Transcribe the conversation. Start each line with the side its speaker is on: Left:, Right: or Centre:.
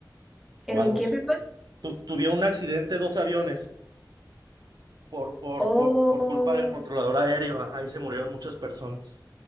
Right: o
Centre: ¿En
Right: algo
Centre: un qué,
Right: así.
Centre: perdón?
Right: Tu- tuvieron un accidente dos aviones por, por,
Centre: Oh.
Right: por, por culpa del controlador aéreo. Ajá, y se murieron muchas personas.